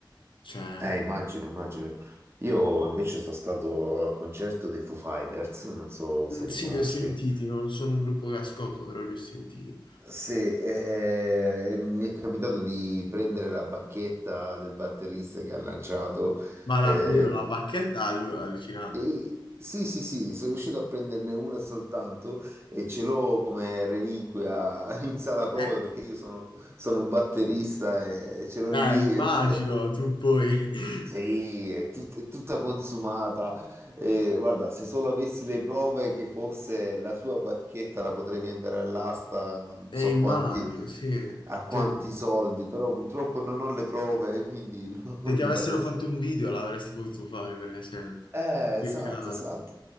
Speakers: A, on the left; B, on the right.
A: Cioè,
B: Eh, immagino, immagino. Io invece sono stato al concerto dei Foo Fighters, non so se
A: mm, sì,
B: li conosci.
A: li ho sentiti, non sono un gruppo che ascolto, però li ho sentiti.
B: Se, eh, mi è capitato di prendere la bacchetta del batterista che ha lanciato,
A: Ma davvero
B: eh,
A: la bacchetta è allu- allucinante.
B: E- Sì, sì, sì, sono riuscito a prenderne una soltanto e ce l'ho come reliquia <laughs> in sala prove
A: Eh,
B: perché io sono, sono un batterista e ce l'ho lì,
A: eh, immagino
B: è tutta,
A: tu poi <laughs>
B: sì, è tut- è tutta consumata. E, guarda, se solo avessi le prove che fosse la sua bacchetta la potrei vendere all'asta, non
A: Eh,
B: so
A: immagino,
B: quanti,
A: sì.
B: a quanti
A: Cioè,
B: soldi, però purtroppo non ho le prove, quindi <laughs> non
A: se ti
B: non
A: avessero
B: la posso.
A: fatto un video l'avresti potuto fare, per esempio.
B: Eh,
A: Peccato.
B: esatto, esatto.